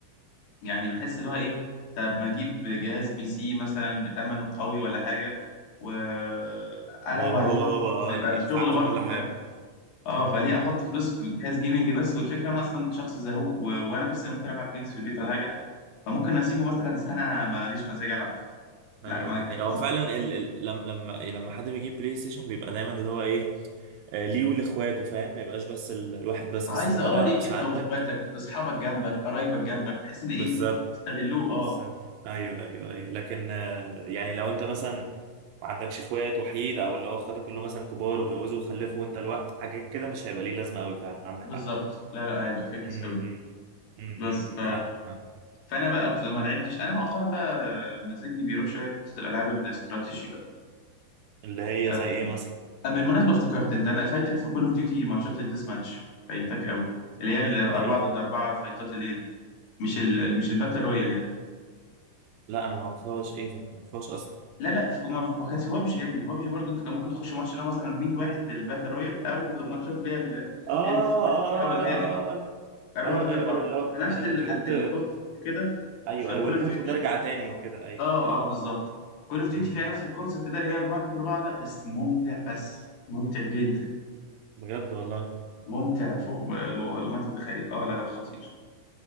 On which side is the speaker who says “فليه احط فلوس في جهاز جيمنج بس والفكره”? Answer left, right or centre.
Left